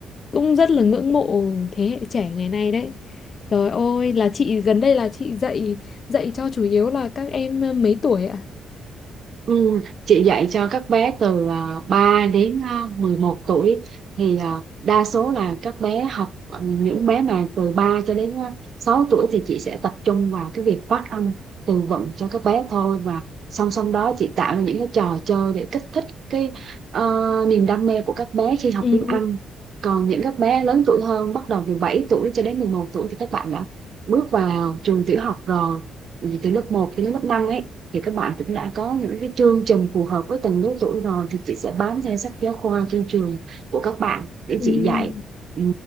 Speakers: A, on the left; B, on the right.
A: cũng rất là ngưỡng mộ thế hệ trẻ ngày nay đấy trời ơi là chị gần đây là chị dạy dạy cho chủ yếu là các em ờ, mấy tuổi ạ
B: Ừ, chị dạy cho các bé từ à, 3 đến à, mười một tuổi thì à, đa số là các bé học ừ, những bé mà từ 3 cho đến à, 6 tuổi thì chị sẽ tập trung vào cái việc phát âm từ vựng cho các bé thôi và song song đó chị tạo ra những cái trò chơi để kích thích cái ờ, niềm đam mê của các bé khi học
A: ừ
B: tiếng Anh còn những các bé lớn tuổi hơn bắt đầu từ 7 tuổi cho đến 11 tuổi thì các bạn đã bước vào trường tiểu học rồi Ừ, từ lớp 1 đến lớp 5 ấy thì các bạn cũng đã có những cái chương trình phù hợp với từng lứa tuổi rồi thì chị sẽ bám theo sách giáo khoa trên trường của các bạn để
A: ừ
B: chị dạy ừ.